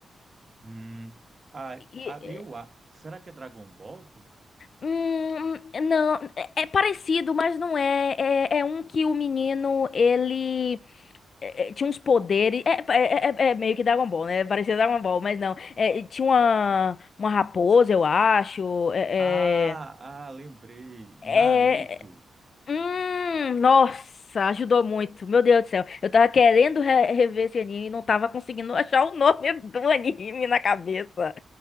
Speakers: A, on the right (about 40°); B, on the left (about 60°).
A: Hum, ah,
B: E-
A: ah, eu, ah, será que é Dragon Ball?
B: hum, não, é é parecido, mas não é. É, é um que o menino, ele é, é, tinha uns poderes. É, é, é- é é meio que Dragon Ball, né? Parecia Dragon Ball, mas não. É, tinha uma, uma raposa, eu acho. É,
A: Ah, ah, lembrei. Naruto.
B: é, é- Hum, nossa, ajudou muito. Meu Deus do céu. Eu tava querendo re- rever esse anime e não tava conseguindo <laughs> achar o nome <laughs> do anime na cabeça.